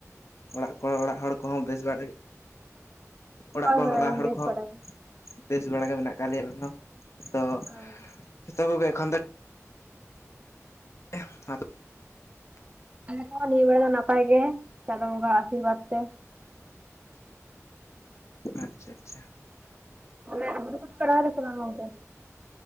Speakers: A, on the left (about 60°); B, on the right (about 25°).
A: ᱚᱲᱟᱜ ᱠᱚ ᱚᱲᱟᱜ ᱦᱚᱲ ᱠᱚᱦᱚᱸ ᱵᱮᱥ ᱵᱟᱲᱟ, ᱚᱲᱟᱜ
B: ᱦᱳᱭ
A: ᱵᱟ
B: ᱦᱳᱭ
A: ᱚᱲᱟᱜ ᱦᱚᱲ
B: ᱵᱮᱥ
A: ᱠᱚᱦᱚᱸ
B: ᱵᱟᱲᱟ ᱜᱮ
A: ᱵᱮᱥ ᱵᱟᱲᱟ ᱜᱮ ᱢᱮᱱᱟᱜ ᱠᱟᱫ ᱞᱮᱭᱟ ᱟᱞᱮ ᱦᱚᱸ ᱛᱚ
B: ᱟᱨ
A: ᱡᱚᱛᱚ ᱠᱚᱜᱮ ᱮᱠᱷᱚᱱ ᱫᱚ <unintelligible>
B: ᱟᱞᱮ ᱠᱚᱦᱚᱸ ᱱᱤᱭᱟᱹ ᱵᱮᱲᱟ ᱫᱚ ᱱᱟᱯᱟᱭ ᱜᱮ ᱪᱟᱸᱫᱚ ᱵᱚᱸᱜᱟᱣᱟᱜ ᱟᱥᱤᱨᱵᱟᱫᱽ ᱛᱮ᱾
A: ᱟᱪᱪᱷᱟ ᱟᱪᱪᱷᱟ᱾
B: ᱚᱱᱮ ᱦᱩᱲᱩ ᱠᱚᱫᱚ ᱯᱮ ᱨᱚᱦᱚᱭ ᱫᱟ ᱥᱮ ᱵᱟᱝ ᱜᱚᱝᱠᱮ?